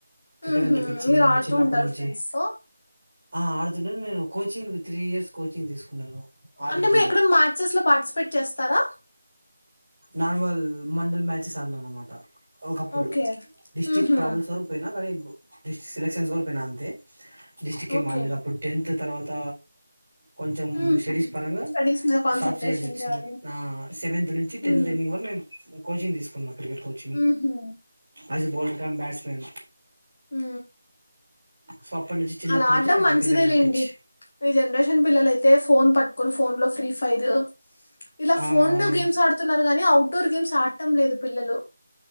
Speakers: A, on the right; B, on the left.
A: క్రికెట్
B: ఊహూ.
A: అంటే పిచ్చి
B: మీరు
A: నేను
B: ఆడుతూ
A: చిన్నప్పటి
B: ఉంటారు
A: నుంచి
B: ఫ్రెండ్స్ తో
A: ఆ ఆడుతుంటాను నేను కోచింగ్ త్రీ ఇయర్స్ కోచింగ్ తీసుకున్నాను ఆర్డిటీలో
B: అంటే మీరు ఎక్కడ అన్ మ్యాచెస్ లో పార్టిసిపేట్ చేస్తారా
A: నార్మల్ మండల్ మ్యాచెస్ ఆడిన అన్నమాట ఒకప్పుడు
B: ఓకే
A: డిస్టిక్
B: ఊహూ.
A: ప్రాబ్లమ్స్ వరకు పోయినా కానీ ఇబు డిస్ సెలెక్షన్స్ వరకు పోయిన అంతే డిస్ట్రిక్ ఏం
B: ఓకే
A: మారలేదు అప్పుడు టెన్త్ తరువాత కొంచెం
B: మ్మ్.
A: స్టడీస్ పరంగా
B: స్టడీస్ మీద కాన్సన్ట్రేషన్
A: స్టాప్ చేయాల్సి వచ్చింది
B: చేయాలి
A: నా సెవెంత్ నూన్ టెన్త్
B: మ్మ్.
A: ఎన్నింగ్ వన్ నీన్ కోచింగ్ తీసుకున్నా క్రికెట్ కోచింగ్
B: ఊహూ.
A: As a bowler cum batsman
B: who
A: so అప్పటి నుంచి చిన్నప్పటి
B: అలా ఆడం
A: నుంచి నాకు
B: మంచిదే
A: క్రికెట్ అంటే
B: లేండి
A: పిచ్చి
B: ఈ జనరేషన్ పిల్లలైతే ఫోన్ పట్టుకొని ఫోన్ లో ఫ్రీ ఫు పైదో ఇలా
A: ఆ
B: ఫోన్
A: అదే
B: లో గేమ్స్ ఆడుతున్నారు గానీ అవుట్ డోర్ గేమ్స్ ఆటం లేదు పిల్లలు